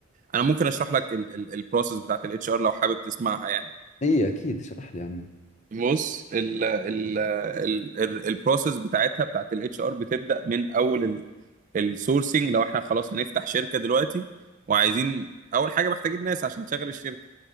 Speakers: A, on the right (about 35°); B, on the left (about 35°).
A: انا ممكن اشرح لك البروسيس بتاعت الاتش ار لو حابب تسمعها يعني
B: اي اكيد اشرح لي عنه
A: بص ال ال ال ال- البروسيس بتاعتها بتاعت الاتش ار بتبدا من اول السورسنج لو احنا خلاص هنفتح شركه دلوقتي وعايزين اول حاجه محتاجين ناس عشان تشغل الشركه